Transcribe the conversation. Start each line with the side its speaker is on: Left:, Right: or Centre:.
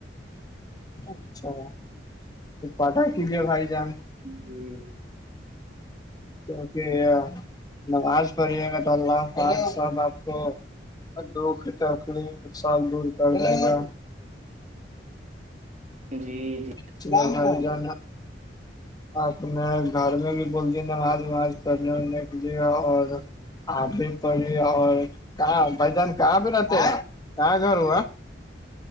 Left: اچھا تو پتاا کیجے بھائی جان
Right: جی
Left: کیونکہ نماز پڑھیے گا تو اللہفاظ سب آپ کو دو ک چ آکڑ سال دور کر جائے گا
Right: جی جی
Left: ج ج آپ نے گھر میں بھی بول دی نماز وماز پڑھنے اڑھنے کے لیے اور آپ بھی پڑی اور کہاں بھائی جان کہاں بھیہ رہتے ار کیا گ آا